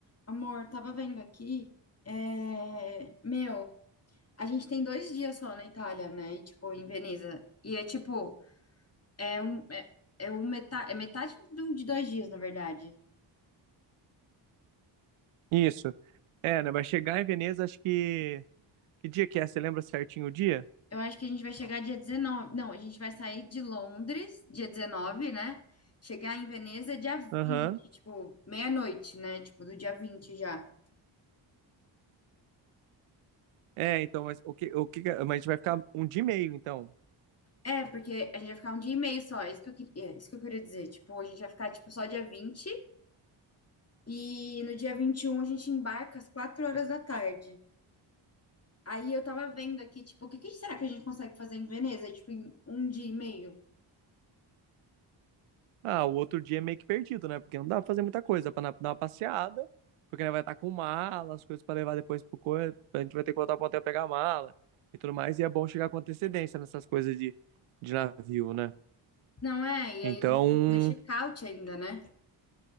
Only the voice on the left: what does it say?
Amor, tava vendo aqui. é, Meu, a gente tem dois dias só na Itália, né? E, tipo, em Veneza. E é tipo, é um, é, é um meta... é metade de, um- de dois dias, na verdade.
Eu acho que a gente vai chegar dia 19. Não, a gente vai sair de Londres dia 19, né? Chegar em Veneza dia vinte,
tipo, meia-noite, né? Tipo, do dia 20 já.
É, porque a gente vai ficar um dia e meio só, é isso que eu queria, isso que eu queria dizer. Tipo, a gente vai ficar, tipo, só dia 20. E no dia 21 a gente embarca às 4 horas da tarde. Aí eu tava vendo aqui, tipo, o que que será que a gente consegue fazer em Veneza? Tipo, em um dia e meio?
Não é? E
aí a gente tem que fazer check-out ainda, né?